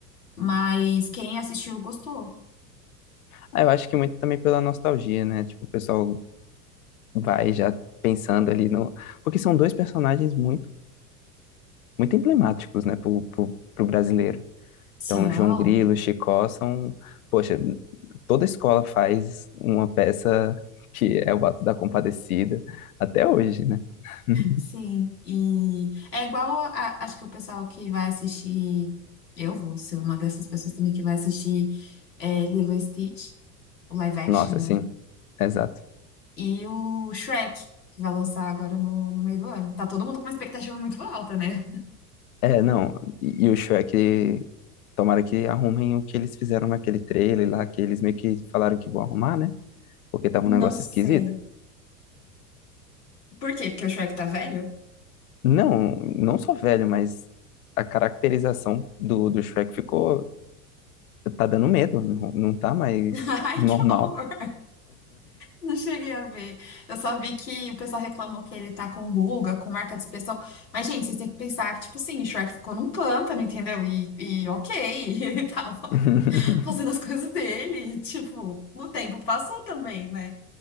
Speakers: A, on the left; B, on the left.
A: Mas quem assistiu gostou.
B: Ah, eu acho que muito também pela nostalgia, né? Tipo, o pessoal vai já pensando ali no. Porque são dois personagens muito, muito emblemáticos, né, pro, pro, pro brasileiro.
A: São.
B: Então, João Grilo, Chicó são, poxa, toda escola faz uma peça que é o ato da Compadecida até hoje, né? <laughs>
A: Sim, e é igual a- acho que o pessoal que vai assistir, eu vou ser uma dessas pessoas também que vai assistir é, Lilo e Stitch, o live action,
B: Nossa,
A: né?
B: sim, exato.
A: E o Shrek, que vai lançar agora no, no meio do ano. Tá todo mundo com uma expectativa muito alta, né?
B: É, não, e e o Shrek, tomara que arrumem o que eles fizeram naquele trailer lá, que eles meio que falaram que vão arrumar, né? Porque tava
A: Não
B: um negócio
A: sei.
B: esquisito.
A: Por quê? Porque o Shrek tá velho?
B: Não, não só velho, mas a caracterização do, do Shrek ficou, tá dando medo, não, não tá mais
A: <laughs> Ai,
B: normal.
A: que horror! Não cheguei a ver. Eu só vi que o pessoal reclamou que ele tá com ruga, com marca de expressão. Mas, gente, vocês têm que pensar que, tipo assim, o Shrek ficou num pântano, entendeu? E, e ok, <laughs> ele tava
B: <laughs>
A: fazendo as coisas dele. e, Tipo, o tempo passou também, né?